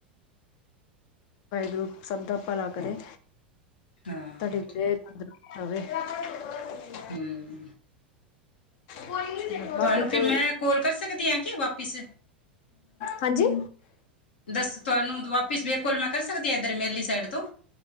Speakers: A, on the left (about 50°); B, on the left (about 65°).
A: ਵਾਹਿਗੁਰੂ ਸਭ ਦਾ ਭਲਾ ਕਰੇ।
B: ਹਾਂ।
A: <inaudible>
B: ਠੀਕ ਹਮ।
A: ਬਾਕੀ
B: ਤੁਹਾਨੂੰ ਫਿਰ
A: ਕੋਈ
B: ਮੈਂ ਕੋਲ ਕਰ ਸਕਦੀ ਹਾਂ ਕਿ ਵਾਪਿਸ
A: ਹਾਂਜੀ।
B: ਦਸ ਤੁਹਾਨੂੰ ਦੁਵਾਪਿਸ ਬੇਕ ਕੋਲ ਮੈਂ ਕਰ ਸਕਦੀ ਆ, ਇੱਧਰ ਮੇਰਲੀ ਸਾਈਡ ਤੋਂ?